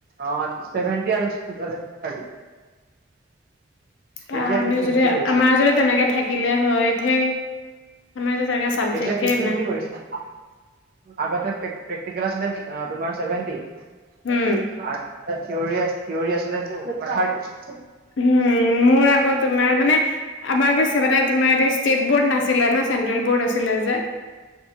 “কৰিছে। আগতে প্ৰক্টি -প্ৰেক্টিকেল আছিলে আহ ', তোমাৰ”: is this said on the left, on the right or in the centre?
Right